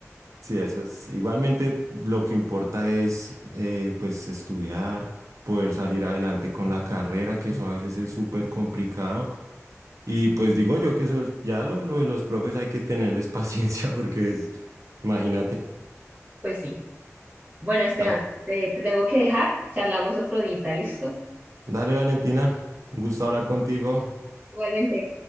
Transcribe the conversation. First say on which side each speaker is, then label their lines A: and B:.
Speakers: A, on the right; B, on the right.
A: Sí, eso es. Igualmente lo que importa es eh, pues estudiar, poder salir adelante con la carrera, que eso a veces es súper complicado Y pues digo yo que eso es- ya lo, lo de los profes hay que tenerles paciencia <laughs> porque es, imagínate.
B: Pues sí. Bueno, Esteban,
A: Ah,
B: te, te tengo que dejar, charlamos otro día, ¿listo?
A: dale, Valentina, un gusto hablar contigo.
B: Igualmente.